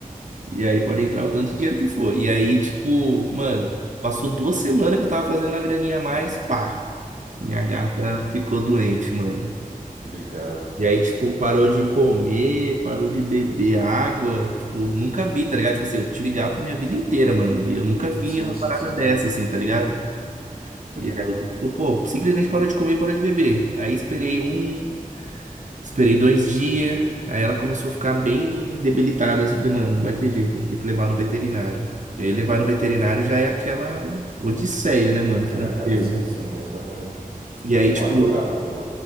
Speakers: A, on the right; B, on the right.
A: E aí pode entrar o tanto de dinheiro que for. E aí, tipo, mano, passou duas semanas que eu tava fazendo uma graninha a mais, pá, minha gata ficou doente, mano.
B: tô ligado.
A: E aí, tipo, parou de comer, parou de beber água. Tipo, nunca vi, tá ligado? Tipo assim, eu tive gato minha vida inteira, mano. E eu nunca vi
B: Sim,
A: uma parada
B: sim, sim,
A: dessa, assim, tá ligado?
B: tô
A: E
B: ligado.
A: aí, tipo, pô, simplesmente parou de comer, parou de beber. Aí esperei um, Esperei dois dias, aí ela começou a ficar bem debilitada. Eu falei, mano, não vai ter jeito, vamos ter que levar no veterinário. E aí levar no veterinário já é aquela odisseia, né, mano,
B: Aquela,
A: financeira,
B: aquela licença,
A: né?
B: sim, exatamente.
A: E aí,
B: É igual
A: tipo,
B: advogado, pô.